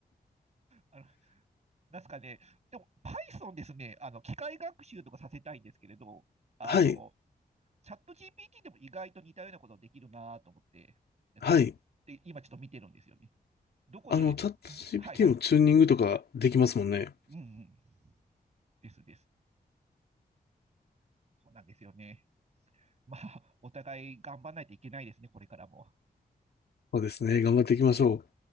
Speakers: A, on the right (about 45°); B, on the left (about 85°).
A: あの、なんすかね。でも、Python ですね、あの、機械学習とかさせたいんですけれど、あの、
B: <laughs> はい。
A: チャット GPT でも意外と似たようなことできるなと思って、やってます。
B: はい。
A: で、今ちょっと見てるんですよね。どこで、
B: あの、チャット GPT
A: はいはい。
B: もチューニングとかできますもんね。
A: うんうん。ですです。そうなんですよね。まあ、お互い頑張らないといけないですね、これからも。
B: そうですね。頑張っていきましょう。